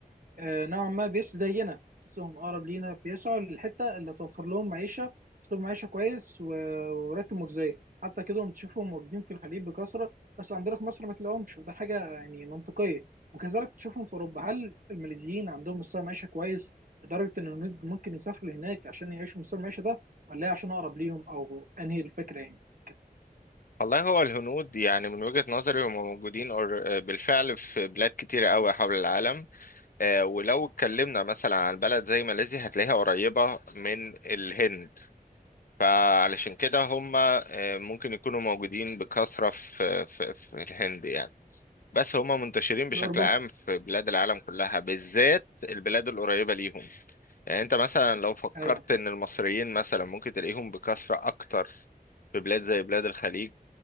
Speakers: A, on the right; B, on the left.
A: آه، نوعا ما بيش زينا بحسهم اقرب لينا بيسعوا للحته اللي توفر لهم معيشه اسلوب معيشه كويس و... وراتب مجزي حتى كده هم تشوفهم موجودين في الخليج بكثره بس عندنا في مصر ما تلاقيهمش وده حاجه يعني منطقيه وكذلك تشوفهم في اوروبا هل الماليزيين عندهم مستوى معيشه كويس لدرجه ان الهنود ممكن يسافروا هناك عشان يعيشوا مستوى المعيشه ده ولا هي عشان اقرب ليهم او انهي الفكره يعني كده
B: والله هو الهنود يعني من وجهة نظري هم موجودين أور- آه، بالفعل في بلاد كتيرة قوي حول العالم آه، ولو اتكلمنا مثلا عن بلد زي ماليزيا هتلاقيها قريبة من الهند فعلشان كده هم آه، ممكن يكونوا موجودين بكثرة في في في الهند يعني بس هم منتشرين بشكل
A: لاوروبا
B: عام في بلاد العالم كلها بالذات البلاد القريبة ليهم يعني انت مثلا لو فكرت
A: ايوه
B: ان المصريين مثلا ممكن تلاقيهم بكثرة اكتر في بلاد زي بلاد الخليج